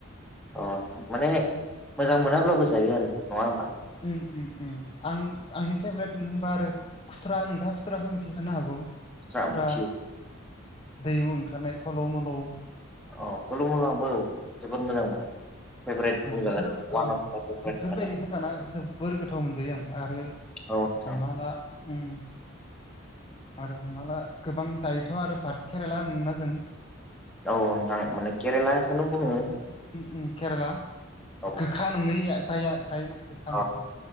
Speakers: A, in the centre; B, on the left.
A: अ माने मोजां मोनाब्लाबो जायो आरो नङा होमबा।
B: उम-उम-उम आं आंनि फेभरेट होनबा आरो खुथुरा नोंथाङा खुथ्रा खुथ्राखौ मिथिखानो हागौ
A: औ
B: खुथ्रा
A: मिथियो
B: दैयाव ओंखारनाय खलौ मलौ
A: अ खुलुम आंबो जोबोर मोजां मोनो। फेभरेट बुंजागोन
B: बेफोर
A: वान अफ दा फेभरेट
B: बेफोरबायदिखौ
A: माने
B: जाना जोबोर गोथाव मोनजायो आं आरो
A: औ नोंथां
B: हमना ला उम। आरो हमना ला गोबां दायोथ' आरो भारत खेराइला होनोना जों
A: औ नोंथां माने केरेलाखौनो बुङो।
B: उम उम केरेला
A: औ
B: गोखा नङै ज जाय माने गोखा
A: औ
B: नङा।